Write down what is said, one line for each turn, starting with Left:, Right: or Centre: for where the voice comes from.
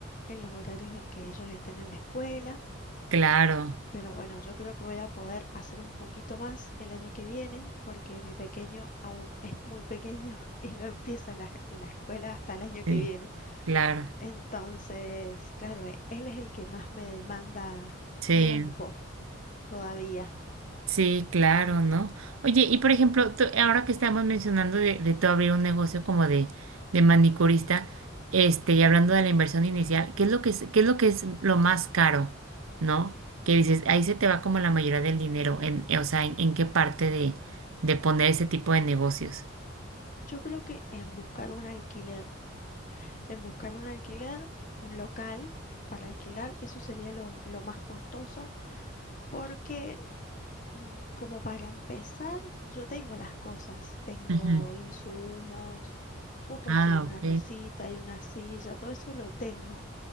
Left: en los horarios en que ellos estén en la escuela.
Right: claro,
Left: Pero bueno, yo creo que voy a poder hacer un poquito más el año que viene porque mi pequeño aún es muy pequeño <laughs> y no empieza la, la escuela hasta el año
Right: sí,
Left: que viene.
Right: claro,
Left: Entonces, claro, e- él es el que más me demanda
Right: sí.
Left: tiempo todavía.
Right: Sí, claro, ¿no? Oye, y por ejemplo, tú- ahora que estamos mencionando de, de tú abrir un negocio como de, de manicurista, este, y hablando de la inversión inicial, ¿qué es lo que es, qué es lo que es lo más caro, ¿no? Que dices, ahí se te va como la mayoría del dinero, en, eh, o sea, ¿en, en qué parte de, de poner ese tipo de negocios?
Left: Yo creo que en buscar un alquiler, en buscar un alquiler, un local para alquilar, eso sería lo, lo más costoso, porque mm, como para empezar, yo tengo las cosas, tengo
Right: Ujú.
Left: insumos, puedo conseguir
Right: Ah,
Left: una
Right: ok,
Left: mesita y una silla, todo eso lo tengo.